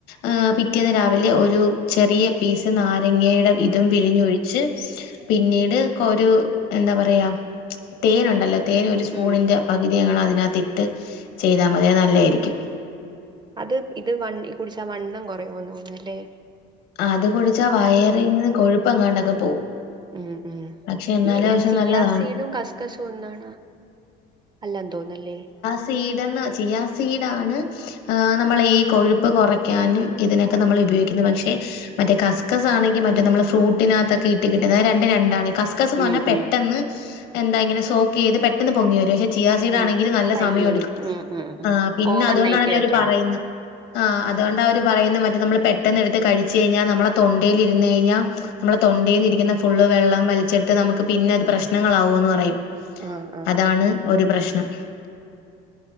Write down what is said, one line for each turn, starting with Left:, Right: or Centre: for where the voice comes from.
Left: ഏഹ് പിറ്റേന്ന് രാവിലെ ഒരു ചെറിയ പീസ് നാരങ്ങയുടെ ഇതും പിഴിഞ്ഞൊഴിച്ച് പിന്നീട് കൊരു എന്താ പറയാ, തേനുണ്ടല്ലോ തേൻ ഒരു സ്പൂണിന്റെ
Right: ഉം
Left: പകുതി അങ്ങട് അതിനകത്തിട്ട് ചെയ്താ മതി, അത് നല്ലായിരിക്കും.
Right: അത് ഇത് വണ്ണ് ഈ കുടിച്ചാ വണ്ണം കുറയോ തോന്നുന്നല്ലേ.
Left: ആഹ്അത് കുടിച്ചാ വയറിന്ന് കൊഴുപ്പെങ്ങാണ്ടൊക്കെ പോവും.
Right: ഉം ഉം.
Left: പക്ഷെ എന്നാലും
Right: ഈ
Left: പക്ഷെ
Right: ചിയാ
Left: നല്ലതാണ്
Right: സീടും കസ്കസും ഒന്നാണാ? അല്ലാന്ന് തോന്നുന്നല്ലേ
Left: സീഡെന്ന് ചിയാ സീഡാണ് ആഹ് നമ്മളെ ഈ കൊഴുപ്പ് കുറയ്ക്കാനും, ഇതിനൊക്കെ നമ്മള് ഉപയോഗിക്കുന്നു, പക്ഷെ മറ്റേ കസ്കസാണെങ്കി മറ്റെ നമ്മള് ഫ്രൂട്ടിനകത്തൊക്കെ ഇട്ട് കിട്ടുന്ന അത് രണ്ട് രണ്ടാണ് കസ് ക്കസ്ന്ന്
Right: ഉം
Left: പറഞ്ഞ പെട്ടന്ന്,
Right: ഉം
Left: എന്താ ഇങ്ങനെ സോക്കെയ്ത് പെട്ടെന്ന് പൊങ്ങി വരും, പക്ഷെ ചിയാ സീഡാണെങ്കില്
Right: ഉം
Left: നല്ല
Right: പയ്യേ
Left: സമയ എടുക്കും.
Right: ഉം ഉം ഉം
Left: ആഹ് പിന്നെ
Right: ഓവർ
Left: അതുകൊണ്ടാണെല്ലൊ
Right: നൈറ്റ് വെക്കണം
Left: അവര് പറയുന്ന് ആഹ് അതോണ്ടാ അവര് പറയുന്നേ മറ്റേ നമ്മള് പെട്ടെന്ന് എടുത്ത് കഴിച്ച് കഴിഞ്ഞാ നമ്മളെ തൊണ്ടേലിരുന്ന്ഴിഞ്ഞാ നമ്മളെ തൊണ്ടേന്നിരിക്കുന്ന ഫുള്ള് വെള്ളം വലിച്ചെടുത്ത് നമുക്ക് പിന്നെ അത് പ്രശ്നങ്ങളാവൂന്ന് പറയും
Right: ആഹ് ആഹ്
Left: അതാണ് ഒരു പ്രശ്നം